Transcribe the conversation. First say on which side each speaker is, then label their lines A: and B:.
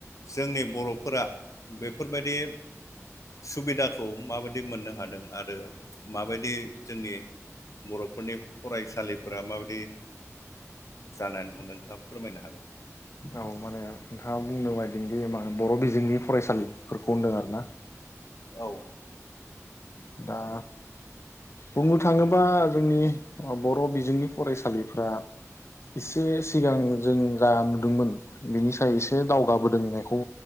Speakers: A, on the left; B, on the left.
A: जोंनि बर'फोरा बेफोरबायदि। सुबिदाखौ माबायदि मोननो हादों आरो माबायदि जोंनि। बर'फोरनि फरायसालिफोरा माबायदि। जानानै दं नोंथाङा फोरमायनो हागोन।
B: औ माने नोंथाङा बुंनो बायदोंदि मा बर' बिजोंनि फरायसालिफोरखौ होनदों आर ना।
A: औ।
B: दा। बुंनो थाङोबा जोंनि बर' बिजोंनि फरायसालिफ्रा। एसे सिगां जों जा नुदोंमोन बेनि स एसे दावगाबोदों होननायखौ।